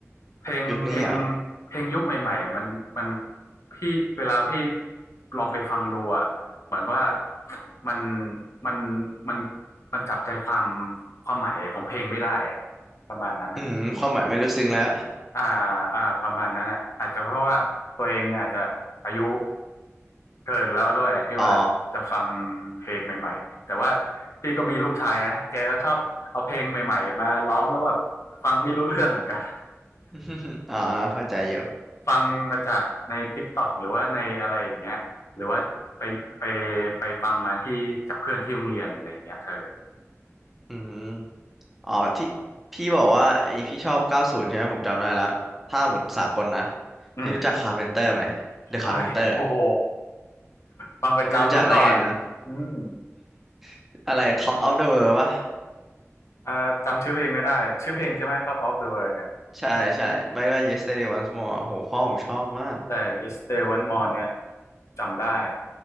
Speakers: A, on the left; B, in the centre.
A: เพลงเพลง
B: ยุคนี้เหรอ
A: เพลงยุคใหม่ๆมันมันพี่เวลาพี่ลองไปฟังดูอะเหมือนว่ามันมันมันมันจับใจความความหมายของเพลงไม่ได้อะประมาณนั้นอะ
B: อืมความหมายไม่ลึกซึ้งแล้ว
A: อ่าอ่าประมาณนั้นอะอาจจะเพราะว่าตัวเองอาจจะอายุเกินแล้วด้วยที่ว่าจะฟัง
B: อ๋อ
A: เพลงใหม่ๆแต่ว่าพี่ก็มีลูกชายนะแกก็ชอบเอาเพลงใหม่ๆมาร้องแล้วแบบฟังไม่รู้เรื่องเหมือนกัน
B: <laughs> อ๋อเข้าใจอยู่
A: ฟังมาจากใน TikTok หรือว่าในอะไรอย่างเงี้ยหรือว่าไปไปไปฟังมาที่จากเพื่อนที่โรงเรียนอะไรอย่างเงี้ยเออ
B: อืมอ๋อที่พี่บอกว่าไอพี่ชอบเก้าศูนย์ใช่ไหมผมจำได้แล้วถ้าหมดสากลนะ
A: อืม
B: พี่รู้จักคาร์เพนเตอร์ไหมเดอะคาร์เพนเตอร์
A: เฮ้ยโอ้โหฟังประจำเมื่อก่อน
B: ไม่รู้จักได้ไงเนาะ
A: อืม
B: <laughs> อะไรท็อปออฟเดอะเวปะ
A: อ่าจำชื่อเพลงไม่ได้ชื่อเพลงใช่ไหม Top of the World เนี่ย
B: ใช่ใช่ไม่ก็ Yesterday Once More โหพ่อผมชอบมาก
A: แต่ Yesterday o n e More เนี่ยจำได้